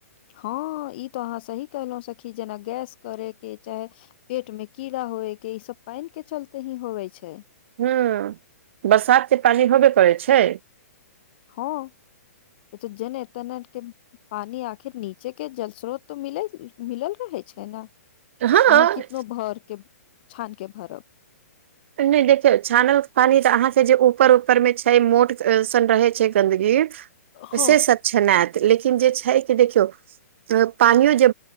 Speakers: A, on the left (about 40°); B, on the right (about 45°).
A: हँ ई तऽ अहाँ सही कहलहुँ सखी जेना गैस करयकी चाहे पेट में कीड़ा होवे के ईं सब पानि के चलते ही होवे छै
B: हूँ बरसात के पानि होबे करै छै
A: हँ इ तऽ जने तने के पानि आखिर नीचे के जल स्रोत तऽ मिल मिलल रहे छै न
B: हँ
A: अहाँ कितनो भर के छान के भरब
B: नइ देखियौ छानल पानी तऽ अहाँके जे ऊपर ऊपर मे छै मोट सन रहै छै गन्दगी
A: हूँ
B: से सब छनेत लेकिन जे छै कि देखियौ। पानियो जे